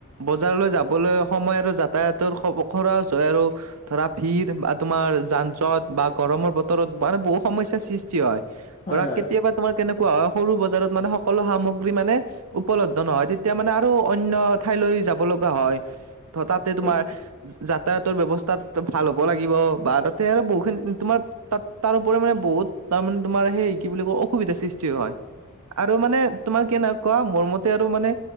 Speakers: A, on the right; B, on the left.
A: বজাৰলৈ যাবলৈ সময় আৰু যাতায়াতৰ খৰচ হয় আৰু ধৰা ভিৰ বা তোমাৰ যান জট বা গৰমৰ বতৰত মানে বহুত সমস্যাৰ সৃষ্টি হয়।
B: হয়
A: ধৰা
B: হয়
A: কেতিয়াবা তোমাৰ কেনেকুৱা, হয় সৰু বজাৰত মানে সকলো সামগ্ৰী মানে উপলব্ধ নহয় তেতিয়া মানে আৰু অন্য ঠাইলৈ যাব লগা হয়। ধৰ তাতে তোমাৰ
B: এই
A: যাতায়াতৰ ব্যয়ৱস্থা তাত ভাল হ'ব লাগিব বা তাতে আৰু বহুখিনি তোমাৰ তাত তাৰোপৰি মানে বহুত তাৰমানে তোমাৰ সেই কি বুলি কয় অসুবিধাৰ সৃষ্টি হয়। আৰু মানে তোমাৰ কেনেকোৱা, মোৰ মতে আৰু মানে